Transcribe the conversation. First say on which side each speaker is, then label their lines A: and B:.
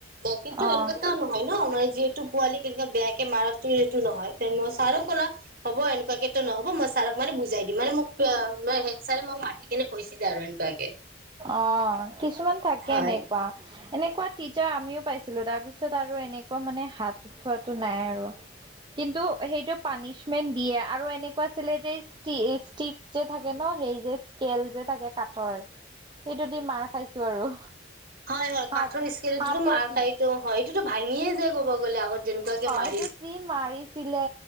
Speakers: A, on the right (about 50°); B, on the right (about 25°).
A: কিন্তু
B: অ',
A: এনেকুৱাতো নহ নহয় মানে। যিহেতু পোৱালিক এনেকে বেয়াকে মাৰাতো এইটো নহয় তেনেকুৱা ছাৰে ক'লা হব এনেকুৱাকেটো নহব মই। ছাৰক মানে বুজাই দি মানে মোক হেড ছাৰে মোক মাতি কিনে কৈছিলে আৰু এনেকুৱাকে।
B: অ কিছুমান থাকে
A: হয়।
B: এনেকুৱা এনে। কোৱা টিচাৰ আমিওঁ পাইছিলো তাৰ পিছত আৰু এনেকুৱা মানে হাত উঠোৱাটো নাই আৰু। কিন্তু সেইটো পানিচমেন্ট দিয়ে আৰু এনেকুৱা আছিলে যে ষ্টিক যে থাকে নহ। সেই যে স্কেল যে থাকে কাঠৰ সেইটো দি মাৰ খাইছোঁ আৰু।
A: হয় হয়
B: হাত
A: কাঠৰ স্কেলদি
B: হাতত
A: মাৰ খাইটো হয় এইটো ভাঙিয়ে যায় ক'ব গ'লে আগত যেনেকুৱাকে মাৰ।
B: সিটোত যি মাৰিছিলে